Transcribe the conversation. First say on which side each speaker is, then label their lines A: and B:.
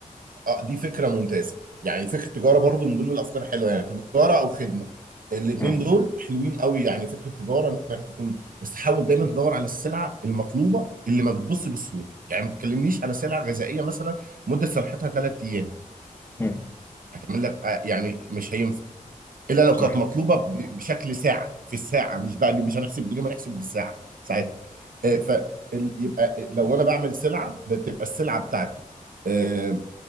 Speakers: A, on the right; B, on the left.
A: اه دي فكرة ممتازة يعني فكرة التجارة برضو من ضمن الأفكار الحلوة يعني تجارة أو خدمة الاتنين
B: مم.
A: دول حلوين قوي يعني فكرة التجارة إنك تكون بس تحاول دايما تدور على السلعة المطلوبة اللي ما بتبص بسهولة يعني ما تتكلمنيش على سلعة غذائية مثلا مدة صلاحيتها ثلاث أيام
B: مم.
A: هتعمل لك آه، يعني مش هينفع إلا لو
B: صح
A: كانت مطلوبة ب- بشكل ساعة في الساعة مش بقى اللي مش هنحسب باليوم هنحسب بالساعة ساعتها آه، ف ال- يبقى لو أنا بعمل سلعة بتبقى السلعة بتاعتي آه،